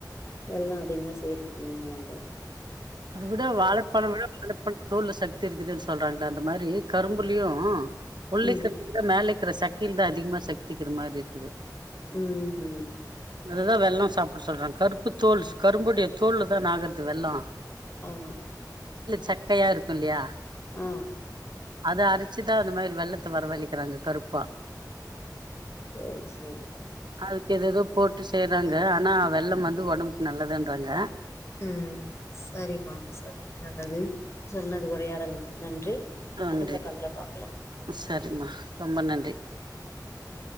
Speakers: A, on the left; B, on the right.
A: வெல்லொ அதிகமா சேத்துக்கணுனுவாங்க
B: அத விட வாழைப்பழம விட வாழைப்பழ தோல்ல சக்தி இருக்குதுன்னு சொல்றாங் ல அந்த மாதிரி கரும்புலயு உள்ளை
A: ம்
B: <inaudible> மேலேக் க்கிற சக்கிலதா அதிகமா சக்திக்கிற மாதிரி இருக்குது.
A: ம் ம்
B: அதுதா வெல்லம் சாப்பிட சொல்றாங் கருப்பு தோல் கரும்புடைய தோல் தான ஆகறது வெல்லொ
A: ஆமா
B: சக்கையா இருக்கு இல்லயா
A: ஆ
B: அத அரிச்சுதா அந்த மாரி வெள்ளத்த வரவழிக்கிறாங்க கருப்பா
A: சேரி செரி
B: அதுக்கு எதெதோ போட்டு செய்யறாங்க ஆனா வெல்லம் வந்து ஒடம்புக்கு நல்லதுன்றாங்க.
A: ம் சரிமா சரி நல்லது சொன்னது உரையாடலுக்கு நன்றி.
B: நன்றி
A: அடுத்த கால்ல பாக்கலாம்
B: சரிம்மா ரொம்ப நன்றி
A: ம்